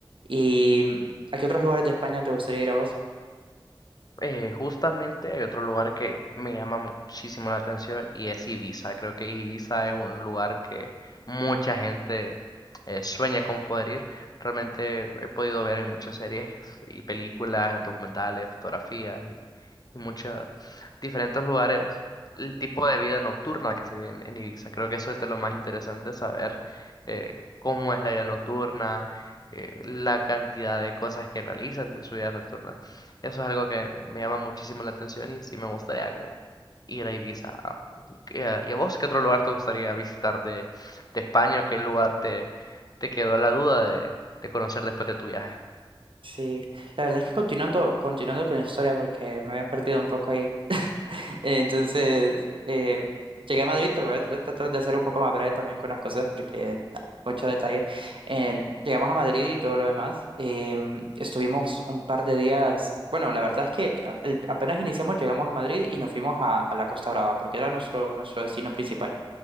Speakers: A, on the right; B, on the left.
A: ¿Y mm, a qué otros lugares de España te gustaría ir a vos?
B: Eh, justamente hay otro lugar que me llama muchísimo la atención y es Ibiza. Creo que Ibiza es un lugar que mucha gente eh, sueña con poder ir. Realmente he podido ver en muchas series y películas, documentales, fotografías y, y muchos diferentes lugares el tipo de vida nocturna que se vive en, en Ibiza. Creo que eso es de lo más interesante, saber eh, cómo es la vida nocturna, eh, la cantidad de cosas que realizan en su vida nocturna. Eso es algo que me llama muchísimo la atención y sí me gustaría como ir a Ibiza. ¿Y qué- a y a vos qué otro lugar te gustaría visitar de, de España o qué lugar te, te quedó la duda de, de conocer después de tu viaje?
A: Sí, la verdad es que continuando, continuando con la historia, porque me había perdido un poco ahí. <laughs> Entonces, eh, llegué a Madrid, pero voy a tratar de ser un poco más breve también con las cosas, porque ah, mucho detalle. Eh, llegamos a Madrid y todo lo demás. Eh, estuvimos un par de días. Bueno, la verdad es que a- el- apenas iniciamos, llegamos a Madrid y nos fuimos a, a la Costa Brava, porque era nuestro, nuestro destino principal